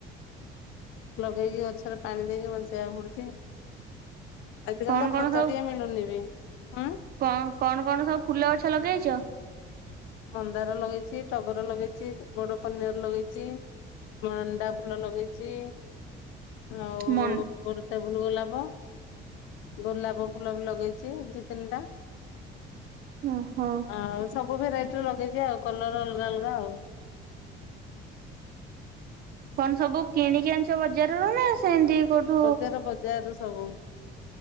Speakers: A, on the left; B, on the right.
A: ଲଗେଇକି ଗଛରେ ପାଣି ଦେଇକି ବଞ୍ଚେଇବାକୁ ପଡୁଚି। ଆଜ କାଲି
B: କଣ
A: ତ
B: କଣ
A: ଖତ
B: ସବୁ
A: ଟିଏ ମିଳୁନି ବି ହୁଁ।
B: କଣ କଣ କଣ ସବୁ ଫୁଲ ଗଛ ଲଗେଇଛ?
A: ମନ୍ଦାର ଲଗେଇଚି ଟଗର ଲଗେଇଚି ବଡ କନିଅର ଲଗେଇଚି। ଅଣ୍ଡା ଭୁଲ ଲଗେଇଚି ଆଉ
B: ମନ୍
A: ଟେବୁଲ ଗୋଲାପ। ଗୋଲାପ ଫୁଲ ବି ଲଗେଇଚି ଦି ତିନିଟା।
B: ଓହୋ।
A: ଆଉ ସବୁ ଭେରାଇଟିର ଲଗେଇଛଚି ଆଉ କଲର ଅଲଗା ଅଲଗା ଆଉ।
B: କଣ ସବୁ କିଣିକି ଆଣିଚ ବଜାର ର ନା ସେମିତି କୋଉଠୁ?
A: ବଜାର ବଜାରରୁ ସବୁ